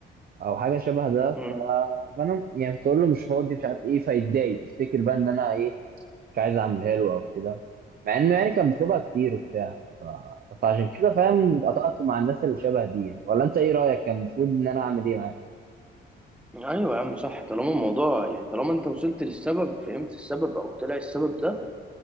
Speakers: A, on the right; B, in the centre.
A: او حاجه شبه ده ف...
B: إمم.
A: فانا يعني كنت اقول له مش فاضي مش عارف ايه فيتضايق يفتكر بقى ان انا ايه مش عايز اعملها له او كده مع انه يعني كان بيطلبها كتير وبتاع ف... فعشان كده فاهم قطعت مع الناس اللي شبه دي يعني. ولا انت ايه رايك كان المفروض ان انا اعمل ايه معاه
B: ايوه يا عم صح طالما الموضوع يعني طالما انت وصلت للسبب فهمت السبب او طلع السبب ده